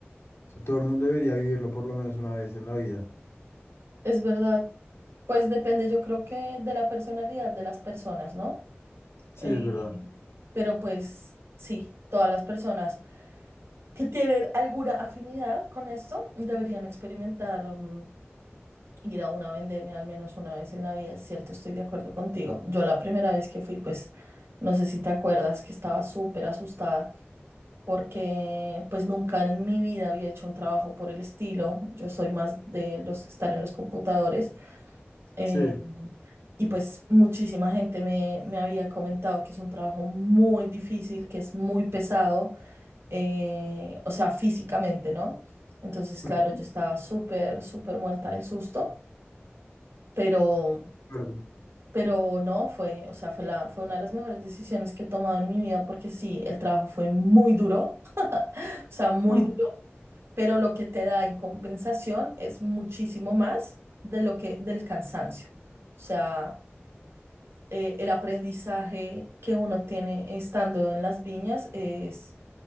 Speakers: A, on the left; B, on the right.
A: O sea, todo el mundo debería vivirlo por lo menos una vez en la vida.
B: Es verdad. Pues depende, yo creo que de la personalidad de las personas, ¿no?
A: Sí,
B: Eh,
A: es verdad.
B: pero pues sí, todas las personas que tienen alguna afinidad con esto deberían experimentar mm, ir a una vendemia al menos una vez en la vida, es cierto, estoy de acuerdo contigo. Yo la primera vez que fui, pues, no sé si te acuerdas que estaba súper asustada porque pues nunca en mi vida había hecho un trabajo por el estilo. Yo soy más de los estar en los computadores eh,
A: Sí.
B: y pues muchísima gente me, me había comentado que es un trabajo muy difícil, que es muy pesado, eh, o sea, físicamente, ¿no? Entonces,
A: Ujú,
B: claro, yo
A: de
B: estaba súper, súper muerta del susto, pero...
A: acuerdo.
B: Pero no, fue, o sea, fue la, fue una de las mejores decisiones que he tomado en mi vida porque sí, el trabajo fue muy duro, <laughs> o sea, muy
A: Mm.
B: duro, pero lo que te da en compensación es muchísimo más de lo que, del cansancio. O sea, eh, el aprendizaje que uno tiene estando en las viñas es,